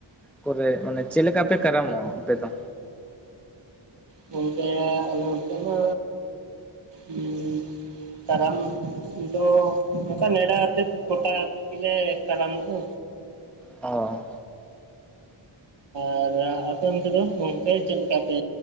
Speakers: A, in the centre; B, on the right (about 60°).
A: ᱠᱚᱨᱮ ᱢᱟᱱᱮ ᱪᱮᱜ ᱞᱮᱠᱟ ᱯᱮ ᱠᱟᱨᱟᱢᱚᱜᱼᱟ ᱟᱯᱮ ᱫᱚ?
B: ᱜᱚᱝᱠᱮ ᱟᱞᱮ ᱚᱱᱚᱛᱮ ᱢᱟ ᱩᱸ ᱠᱟᱨᱟᱢ ᱫᱚ ᱚᱝᱠᱟ ᱱᱮᱰᱟ ᱟᱛᱮᱫ ᱜᱚᱴᱟ ᱟᱛᱮᱫ ᱾ ᱜᱮᱞᱮ ᱠᱟᱨᱟᱢᱚᱜᱼᱟ᱾
A: ᱚ
B: ᱟᱨ ᱟᱯᱮ ᱚᱱᱛᱮ ᱫᱚ ᱜᱚᱝᱠᱮ ᱪᱮᱫ ᱞᱮᱠᱟ ᱯᱮ